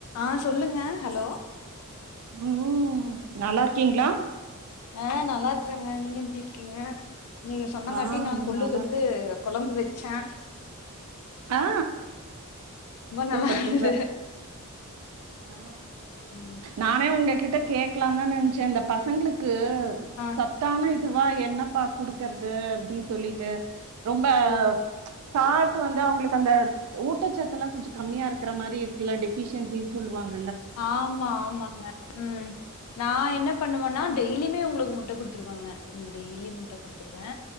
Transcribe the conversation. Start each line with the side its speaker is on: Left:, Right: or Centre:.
Left: ஆ சொல்லுங்க ஹலோ
Right: ம் நல்லாருக்கீங்ளா?
Left: ஆ நல்லா இருக்குறங்க நீங்க எப்டி இருக்கீங்க? நீங்க சொன்னங்காட்டி
Right: ஆ
Left: நா கொல்லு
Right: நல்லா
Left: சொத்து
Right: இருக்கே
Left: கொழம்பு வச் சே
Right: ஆ சூப்பர்
Left: நல்லா இருந்தது
Right: சூப்பர் ஆ
Left: ம்
Right: நானே உங்ககிட்ட கேக்கலான்தா நென ச்சு அந்த பசங்குளுக்கு அ
Left: ஆ
Right: சத்தான இட் இதுவா என்னப்பா குடுக்கறது அப்டின்னு சொல்லிட்டு ரொம்ப
Left: ஓ!
Right: சாட் ந்த அவங்களுக்கு அந்த ஊட்டச்சத்துல்லா கொஞ்சொ கம்மியா இருக்கிற மாரி இருக்குல்ல டெபிஷியன்சினு சொல்லுவாங்க
Left: ஆமா ஆமாங்க ம் நா என்ன பண்ணுவன்னா டெய்லிய்மே உங்ளுக்கு முட்ட குடுத்துருவாங்க டெய்லியி முட்ட குடுத்ருவே